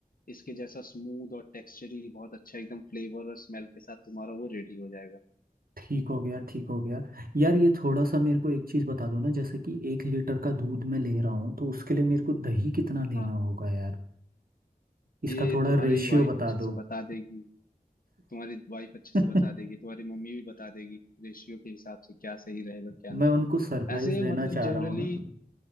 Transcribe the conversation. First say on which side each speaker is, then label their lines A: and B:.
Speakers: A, on the left; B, on the right.
A: इसके जैसा स्मूथ और टेक्सचरी बहुत अच्छा एकदम फ्लेवर और स्मेल के साथ तुम्हारा वो रेडी हो जाएगा
B: ठीक हो गया ठीक हो गया यार ये थोड़ा सा मेरे को एक चीज़ बता दो ना जैसे कि एक लीटर का दूध मैं ले रहा हूँ तो उसके लिए मेरे को दही कितना लेना
A: हाँ
B: होगा यार इसका
A: ये
B: थोड़ा
A: तुम्हारी
B: रेशियो
A: वाइफ
B: बता
A: अच्छे से
B: दो
A: बता देगी तुम्हारी वाइफ अच्छे
B: <laughs>
A: से बता देगी तुम्हारी मम्मी भी बता देगी रेशियो के हिसाब से क्या सही रहेगा क्या
B: मैं
A: नहीं
B: उनको सरप्राइज
A: ऐसे
B: देना
A: मतलब
B: चाह
A: जनरली
B: रहा हूँ ना